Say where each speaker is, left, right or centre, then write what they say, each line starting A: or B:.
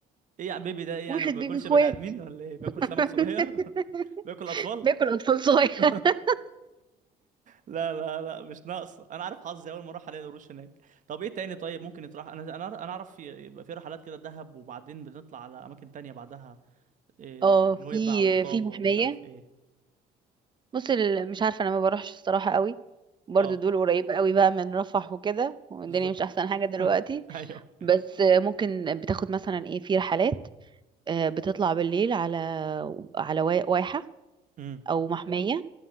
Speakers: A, on the right (about 50°); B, on the right (about 25°).
A: ايه يا بيبي ده ايه
B: واحد
A: يعني ما باكلش
B: بيبي اخوات
A: بني ادمين ولا ايه باكل سمك
B: <laughs>
A: صغير <laughs> باكل اطفال
B: بياكل اطفال صغير
A: <laughs>
B: <laughs>
A: لا لا لا مش ناقصه انا عارف حظي اول ما اروح الاقي القروش هناك طب ايه تاني طيب ممكن يتراح انا انا انا اعرف في- يبقى في رحلات كده دهب وبعدين بنطلع على اماكن تانية بعدها إيه
B: اه
A: نويبع
B: في
A: وطابة
B: في محمية
A: ومش عارف ايه
B: بص ال- مش عارفة انا ما بروحش الصراحة قوي برضو
A: اه
B: دول قريبة قوي بقى من رفح وكده والدنيا
A: بالظبط
B: مش احسن حاجة دلوقتي
A: <laughs> ايوه
B: بس ممكن بتاخد مثلا ايه في رحلات آه، بتطلع بالليل على على وا- واحة
A: امم
B: او محمية